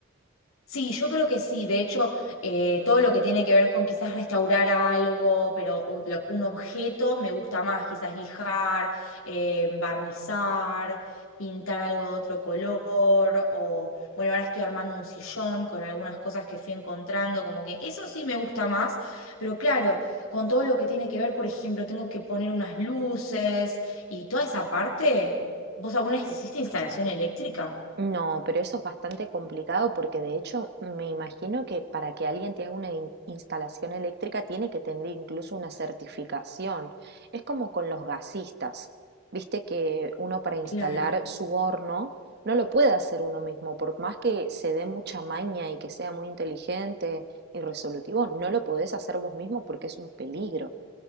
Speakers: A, on the left; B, on the right.
A: Sí, yo creo que sí. De hecho, eh, todo lo que tiene que ver con quizás restaurar algo, pero u- lo- un objeto me gusta más, quizás lijar, eh, barnizar, pintar algo de otro color, o bueno, ahora estoy armando un sillón con algunas cosas que fui encontrando, como que eso sí me gusta más, pero claro, con todo lo que tiene que ver, por ejemplo, tengo que poner unas luces y toda esa parte, ¿vos alguna vez hiciste instalación eléctrica?
B: No, pero eso es bastante complicado porque de hecho me imagino que para que alguien te haga una in- instalación eléctrica tiene que tener incluso una certificación. Es como con los gasistas. Viste que uno para instalar
A: Claro,
B: su horno no lo puede hacer uno mismo, por más que se dé mucha maña y que sea muy inteligente y resolutivo, no lo podés hacer vos mismo porque es un peligro.